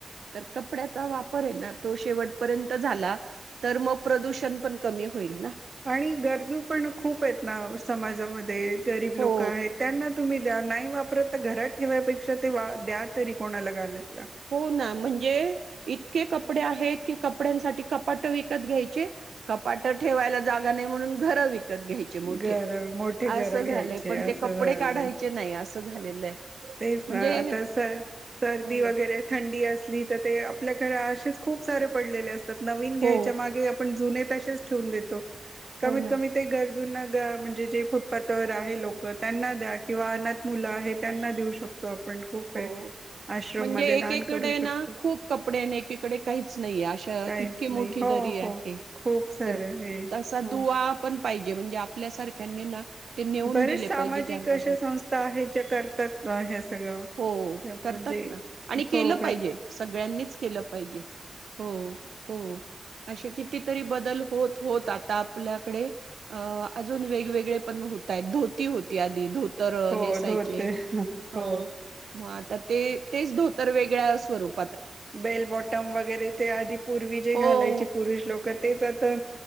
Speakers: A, on the right; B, on the right.
A: तर कपड्याचा वापर हे ना तो शेवटपर्यंत झाला तर मग प्रदूषण पण कमी होईल ना
B: आणि गरजू पण खूप आहेत ना, समाजामध्ये गरीब
A: हो
B: लोक आहेत त्यांना तुम्ही द नाही वापरत तर घरात ठेवायपेक्षा ते द्या तरी कोणाला घालायला
A: हो ना, म्हणजे इतके कपडे आहेत की कपड्यांसाठी कपाटं विकत घ्याय चे कपाट ठेवायला जागा नाही म्हणून घर विकायचे. त घ्यायचे मोठे
B: घर मोठे घर
A: असं
B: घ्यायचे
A: झालंय, पण
B: असं
A: ते कपडे
B: झालंय.
A: काढायचे नाही असं झालेलं आहे.
B: तेच
A: म्हणजे
B: ना, आता सर सर्दी
A: हो
B: वगैरे
A: ना
B: थंडी असली तर ते आपल्या कडे असेच खूप सारे पडलेले अस नवीन घ्यायच्या
A: हो
B: मागे आपण जुने तसेच ठेवून देतो. कमीत
A: हो ना
B: कमी ते गरजूना, ग म्हणजे जे फुटपाथ वर आहे लोक त्यांना द्या किंवा अनाथ मुलं आहे त्यांना देऊ शकतो आपण, खूप
A: हो
B: आहे आश्रम
A: म्हणजे
B: मध्ये दान
A: एकेकडे
B: करू
A: ना
B: शकतो
A: खूप कपडे एकेकडे काहीच नाहीे, अशा
B: काहीच
A: इतकी मोठी
B: नाही हो
A: दरी आहे
B: हो खूप सारे
A: तर
B: हे
A: असा
B: हो
A: दुआ आपणं पाहिजे म्हणजे आपल्या सारख्यांनी ना ते नेऊन
B: बरेच
A: दिले
B: सामाजिक
A: पाहिजे. ज्यांना
B: अशा
A: नाही
B: संस्था आहेत ज्या करतातना ह्या सगळ,
A: हो करतात
B: म्हणजे
A: ना आणि केलं
B: हो का
A: पाहिजे सगळ्यांनीच केलं पाहिजे, हो असे कितीतरी बदल होत होत आता आपल्याकडे अ अजून वेगवेगळे पण होतायत, धोती होती आधी, धोतर अ
B: हो
A: नेसायचे
B: धोते
A: ह
B: हो
A: मग आता ते तेच धोतर वेगळ्या स्वरूप
B: बेल बॉटम वगैरे ते आधी पूर्वी जे
A: हो
B: घालायचे पुरुष लोक तेच आता